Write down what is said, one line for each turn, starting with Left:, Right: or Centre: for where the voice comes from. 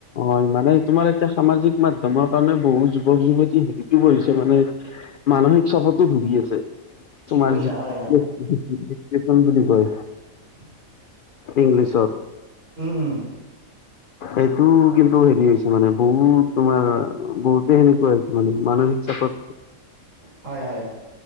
Left: হয় মানে তোমাৰ এতিয়া সামাজিক মাধ্যমৰ কাৰণে বহুত যুৱক যুৱতী শিকিব দিতে ানে মানসিক চাপতো ভুগি আছে।
Right: ঠিক
Left: তোমাৰ
Right: কৈছা
Left: যি কেইখন
Right: হয় হয়
Left: বুলি কয়।
Right: <inaudible>
Left: ইংলিছত।
Right: উম, উম,
Left: এই টো কিন্তু হেৰি হৈছে মানে বহুত তোমাৰ বহুতে সেনেকুৱা হৈছে মানে মানসিক চাপত
Right: হয়, হয়,